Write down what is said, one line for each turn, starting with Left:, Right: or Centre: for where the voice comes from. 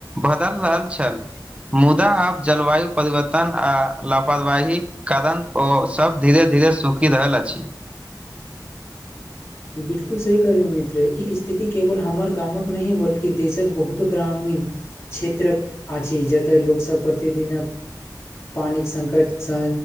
Right: भदल रहल छल। मुदा आब जलबायु परिवर्तन आ लापरवाही कारण ओ सब धीरे - धीरे सुखि रहल अछि।
Left: बिलकुल सही कहलहुँ मित्र इ स्थिति केवल हमर गामक नहि बल्कि देशक बहुतो ग्रामीण क्षेत्रक आछि जतय लोकसब प्रतिदिनक पानिक संकट सँ